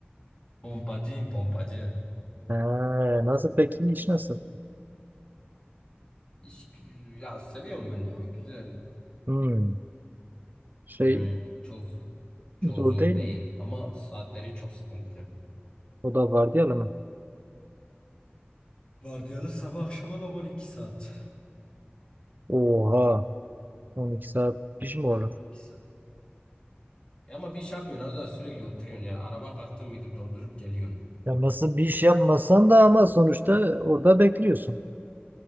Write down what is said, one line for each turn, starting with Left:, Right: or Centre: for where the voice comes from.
Left: <laughs> Pompacıyım pompacı.
Right: Ha, nasıl peki iş nasıl?
Left: İş, gü- ya seviyorum ben ya. Güzel.
Right: Hı, şey
Left: Yani çok çok
Right: zor
Left: zor
Right: değil
Left: değil.
Right: mi?
Left: Ama saatleri çok sıkıntı.
Right: O da var diyelim mi?
Left: Vardiyalı sabah akşama bak 12 saat.
Right: Oha 12 saat iş mi olur?
Left: Yani 12 saat. Ya ama bir iş yapmıyorsun. Az daha sürekli oturuyorsun ya. Araba kalktın mı gidip doldurup geliyorsun.
Right: Ya nasıl bir iş yapmasan da ama sonuçta orada bekliyorsun.